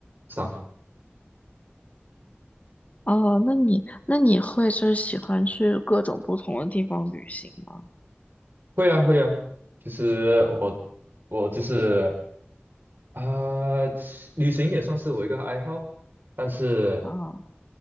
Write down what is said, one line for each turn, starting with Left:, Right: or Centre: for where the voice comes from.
Right: 上
Left: 哦，那你那你会就是喜欢去各种不同的地方旅行吗？
Right: 会啊会啊，其实我我就是啊、旅行也算是我一个爱好，但是
Left: 啊，